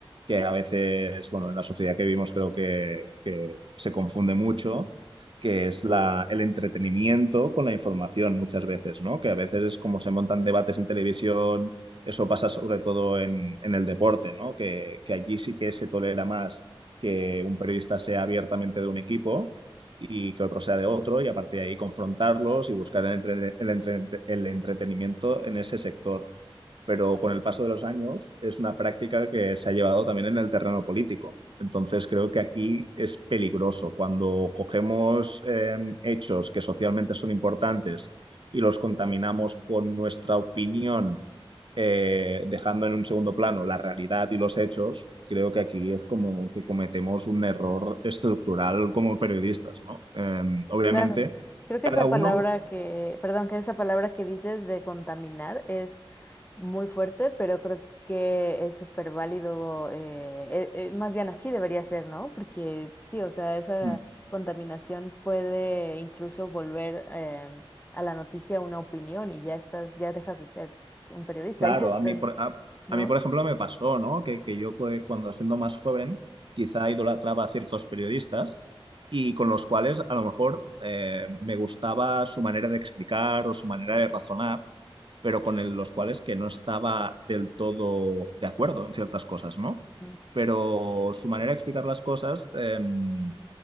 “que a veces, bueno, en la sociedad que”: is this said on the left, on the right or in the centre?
Right